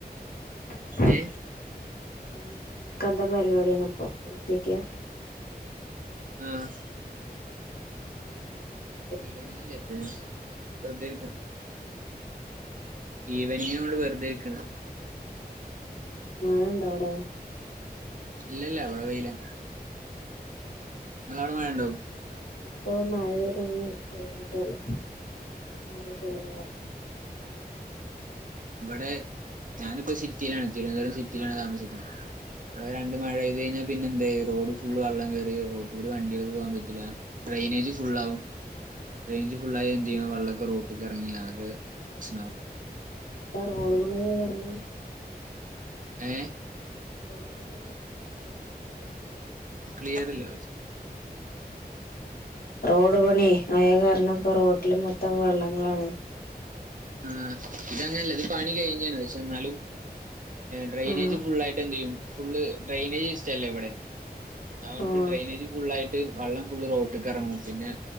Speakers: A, on the left; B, on the right.
A: ഹ്
B: ഏ
A: ഏ നിക്ക് എന്താ പരിപാടിയിന്ന് ഇപ്പം എന്തെക്കെയാ
B: ആഹ്
A: ആഹ് ഞാനിവിടെ
B: ഈവനിങ്ങല്ലേ എപ്പോഴും വെറുതെരിക്കണ് ഈവനിംഗ് ഇവിടെ വെറുതെ ഇരിക്കണ്.
A: മഴയുണ്ടോ അവിടെ
B: ഇല്ലില്ല ഇവിടെ വെയിലാ നിങ്ങടെ അവിടെ മഴയുണ്ടോ?
A: ഇവിടിപ്പോ മഴ പെയ്തൊന്നു തോർന്നിട്ടേ ഉള്ളൂ ചാറിയിട്ടേ ഉള്ളൂ മഴ
B: ഇവിടെ ഞാനിപ്പോ സിറ്റിയിലാണ് തിരുവനന്തപുരം സിറ്റിയിലാണ് താമസിക്കുന്നത്. ഇവിടെ രണ്ട് മഴേ കയിഞ്ഞു പിന്നെ എന്തായി റോഡ് ഫുള്ള് വള്ളം കയറി റോഡ് കൂടി വണ്ടികൾക്ക പോകാൻ പറ്റുല്ല ഡ്രെയിനേജ് ഫുുള്ള് ആവും റേഞ്ച് ഫുള്ള് ആയേ ചെയ്യണ് വള്ളൊക്കെ റോട്ടക്ക് എറങ്ങി ആകെ പ്രശ്നാവും
A: അവിടെ എറങ്ങണോന്ന് പറഞ്ഞു
B: ഏ
A: മണിയാകും തന്നെയാണ് റോഡ് പണിയായ കാരണം മഴ പെയ്താ അപ്പോ റോഡില് വെള്ളക്കെട്ടാണ്
B: ക്ലിയർ ഇല്ല
A: റോഡ് പണി അയ കാരണം ഇപ്പ റോഡില് മൊത്തം വെള്ളം കയറി
B: ആഹ് ഇതങ്ങനെ അല്ല ഇത് പണി കഴിഞ്ഞണ് പക്ഷെ എന്നാലും ഡ്രൈനേജ്
A: ആഹ്
B: ഫുള്ള് ആയിട്ട് എന്ത് ചെയ്യും ഫുള്ള് ഡ്രെയിനേജസ് അല്ലേ ഇവിടെ അതു കൊണ്ട്
A: ആഹ്
B: ഡ്രെയിനേജ് ഫുള്ളായിട്ട് വെള്ളം ഫുള്ള് റോട്ടക്ക ഇറങ്ങും പിന്നെ